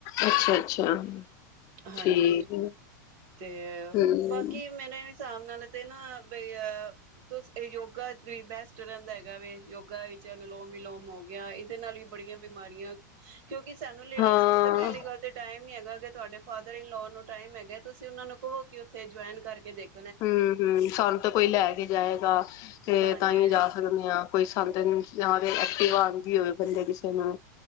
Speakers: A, on the left; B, on the right.
A: ਅੱਛਾ-ਅੱਛਾ
B: ਹਾਂਜੀ
A: ਠੀਕ ਹੈ
B: ਤੇ
A: ਹੂੰ
B: ਬਾਕੀ ਮੇਰੇ ਹਿਸਾਬ ਨਾਲ ਤੇ ਨਾ ਬ ਅ <unintelligible> ਯੋਗਾ ਬੈਸਟ ਰਹਿੰਦਾ ਹੈਗਾ ਵੇ ਯੋਗਾ ਵਿੱਚ ਅਨੁਲੋਮ ਵਿਲੋਮ ਹੋ ਗਿਆ ਇਹਦੇ ਨਾਲ ਵੀ ਬੜੀਆਂ ਬਿਮਾਰੀਆਂ ਕਿਉਂਕਿ ਸਾਨੂੰ ਲੇਡੀਜ਼
A: ਹਾਂ
B: ਨੂੰ ਤੇ ਪਹਿਲੀ ਗੱਲ ਤੇ ਟਾਈਮ ਨੀ ਹੈਗਾ ਤੁਹਾਡੇ ਫਾਦਰ ਇਨ-ਲੋ ਨੂੰ ਟਾਈਮ ਹੈਗੇ ਤੁਸੀਂ ਉਹਨਾਂ ਨੂੰ ਕਹੋ ਕਿ ਉੱਥੇ ਜੁਆਇਨ ਕਰਕੇ ਦੇਖ
A: ਹਮ-ਹਮ ਸੰਨ ਤੇ ਕੋਈ ਲੈ ਕੇ ਜਾਏਗਾ ਤੇ
B: ਹਾਂਜੀ,
A: ਤਾਂਹੀ ਜਾ ਸਕਦੇ ਹਾਂ ਕੋਈ ਸੰਨ ਜ ਤੇ ਐਕਟਿਵਾ ਆਂਦੀ ਹੋਏ ਕਿਸੇ ਨਾਲ